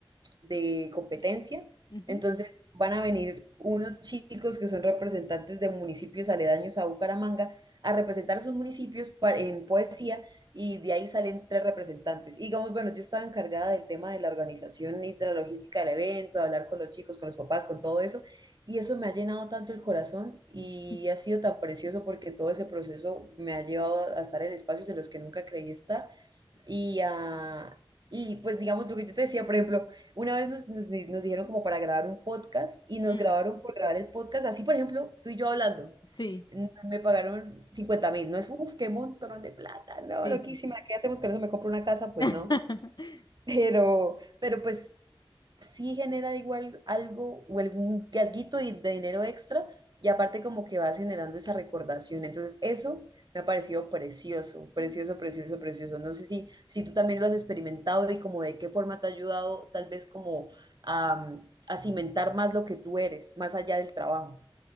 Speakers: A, on the right (about 50°); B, on the left (about 50°).
A: de competencia.
B: ujú,
A: Entonces van a venir unos chicos que son representantes de municipios aledaños a Bucaramanga a representar a sus municipios pa- en poesía y de ahí salen tres representantes. Y digamos, bueno, yo estaba encargada del tema de la organización y de la logística del evento, de hablar con los chicos, con los papás, con todo eso. Y eso me ha llenado tanto el corazón y
B: ujú,
A: ha sido tan precioso porque todo ese proceso me ha llevado a estar en espacios en los que nunca creí estar y, ah, y pues digamos lo que yo te decía, por ejemplo, una vez nos, nos, di- nos dijeron como para grabar un podcast y nos
B: mm,
A: grabaron por grabar el podcast, así por ejemplo, tú y yo hablando.
B: sí,
A: N- Me pagaron cincuenta mil, no es, uff, qué montón de plata, no,
B: sí,
A: loquísima,
B: sí, sí.
A: ¿qué hacemos con eso? ¿Me compro una casa? Pues
B: <laughs>
A: no, pero, pero pues sí genera igual algo o algún alguito de de dinero extra y aparte como que vas generando esa recordación. Entonces eso me ha parecido precioso, precioso, precioso, precioso. No sé si, si tú también lo has experimentado y como de qué forma te ha ayudado tal vez como a, mm, a cimentar más lo que tú eres, más allá del trabajo.